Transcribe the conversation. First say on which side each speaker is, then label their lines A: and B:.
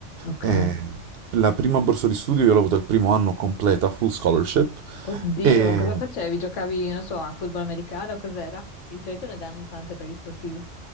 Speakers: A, on the left; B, on the right.
A: ok.
B: Eh, la prima borsa di studio io l'ho avuta il primo anno completa, full scholarship,
A: Oddio,
B: Mm. e,
A: ma cosa facevi? Giocavi, non so, a football americano? Cos'era? Di solito ne danno tante per gli sportivi.